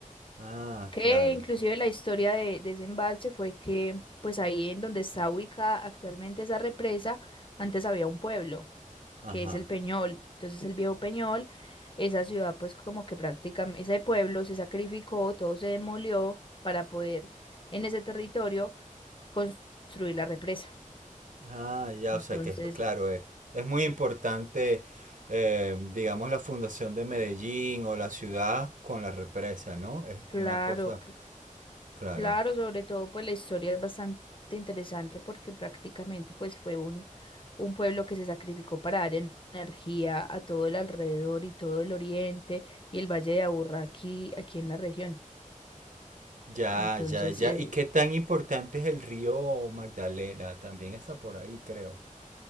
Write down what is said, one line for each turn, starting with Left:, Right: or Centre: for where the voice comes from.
Right: Ah,
Left: Que
Right: claro.
Left: inclusive
Right: cl-
Left: la historia de, de ese embalse fue que, pues ahí en donde está ubicada actualmente esa represa, antes había un pueblo,
Right: Ajá.
Left: que es el Peñol. Entonces el viejo Peñol, esa ciudad pues como que prácticamente, ese pueblo se sacrificó, todo se demolió para poder en ese territorio construir la represa.
Right: Ah, ya,
Left: Entonces...
Right: o sea que es, claro, es, es muy importante, eh, digamos, la fundación de Medellín o la ciudad con la represa, ¿no? Es
Left: Claro,
Right: una cosa, claro.
Left: Claro, sobre todo pues la historia es bastante interesante porque prácticamente pues fue un, un pueblo que se sacrificó para dar en- energía a todo el alrededor y todo el oriente y el Valle de Aburrá aquí, aquí en la región.
Right: Ya,
Left: Entonces,
Right: ya, ya.
Left: eh,
Right: ¿Y qué tan importante es el río Magdalena? También está por ahí, creo.